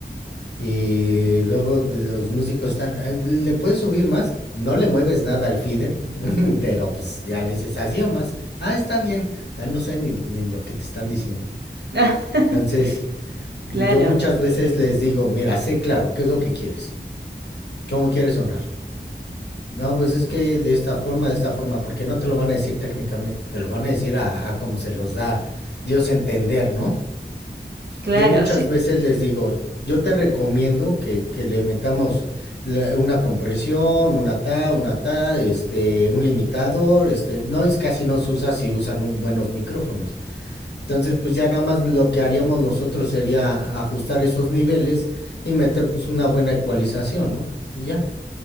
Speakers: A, on the left (about 65°); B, on the right (about 65°).
A: Y luego de los músicos están, "Ay, ¿le puedes subir más? No le mueves nada al feeder, <laughs> pero pues ya le dices así o más. Ah, está bien. Ya no sé ni, ni lo que te están diciendo.
B: <laughs>
A: Entonces, yo
B: Claro,
A: muchas veces les digo, mira, sé claro, ¿qué es lo que quieres? ¿Cómo quieres sonar? No, pues es que de esta forma, de esta forma, porque no te lo van a decir técnicamente, te lo van a decir a, a como se los da Dios a entender, ¿no?
B: claro,
A: Yo muchas
B: sí,
A: veces les digo, yo te recomiendo que, que le metamos la- una compresión, una ta, una ta, este, un limitador, este, no es casi no se usa si usan un- buenos micrófonos. Entonces, pues ya nada más lo que haríamos nosotros sería ajustar esos niveles y meter pues una buena ecualización, ¿no? Y ya,